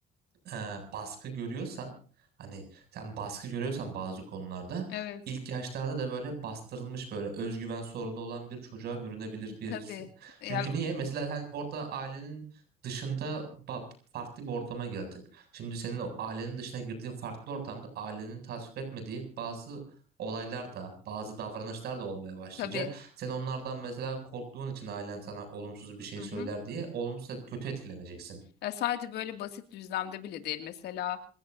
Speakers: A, on the right (about 70°); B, on the left (about 75°).
A: e, baskı görüyorsan hani sen baskı görüyorsan bazı konularda
B: Evet.
A: ilk yaşlarda da böyle bastırılmış böyle özgüven sorunu olan bir çocuğa bürünebilir birisin.
B: Tabii. Ya
A: Çünkü niye? Mesela sen orada ailenin dışında ba- farklı bir ortama girdin. Şimdi senin o ailenin dışına girdiğin farklı ortamda ailenin tasvip etmediği bazı olaylar da bazı davranışlar da olmaya başlayacak.
B: tabii.
A: Sen onlardan mesela korktuğun için ailen sana olumsuz bir şey
B: Hı
A: söyler
B: hı.
A: diye olumsuz kötü etkileneceksin.
B: Ya sadece böyle basit düzlemde bile değil. Mesela